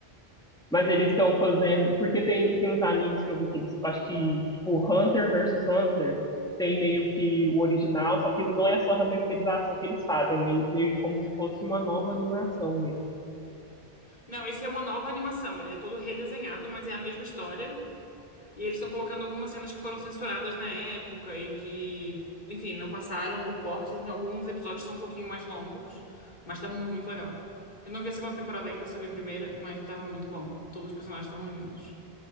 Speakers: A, in the centre; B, on the left.
A: Mas eles estão fazendo. Porque tem, tem uns animes que eu vi que eles. Acho que, tipo, Hunter versus Hunter tem meio que o original, só que não é só a remasterização que eles fazem, meio, meio como se fosse uma nova animação mesmo.
B: Não, esse é uma nova animação, ele é todo redesenhado, mas é a mesma história. E eles estão colocando algumas cenas que foram censuradas na época e que, enfim, não passaram por cortes, então alguns episódios são um pouquinho mais longos, mas tá muito legal. Eu não vi a segunda temporada ainda, só vi a primeira, mas tava muito bom. Todos os personagens estavam lindos.